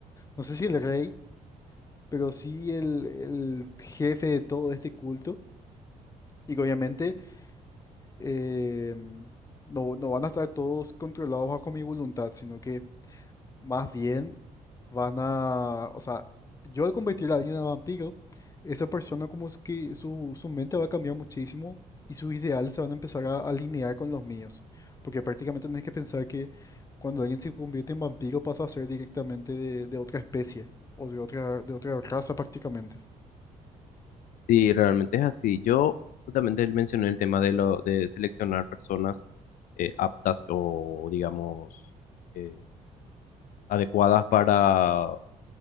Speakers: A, on the left; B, on the left.
A: no sé si el rey, pero sí el, el jefe de todo este culto. Y que obviamente em, no, no van a estar todos controlados bajo mi voluntad, sino que Más bien van a, o sea, yo al convertir a alguien en vampiro, esa persona como es que su, su mente va a cambiar muchísimo y sus ideales se van a empezar a alinear con los míos. Porque prácticamente tenés que pensar que cuando alguien se convierte en vampiro pasa a ser directamente de, de otra especie o de otra, de otra raza prácticamente.
B: Sí, realmente es así. Yo justamente mencioné el tema de lo de seleccionar personas eh, aptas o digamos eh, adecuadas para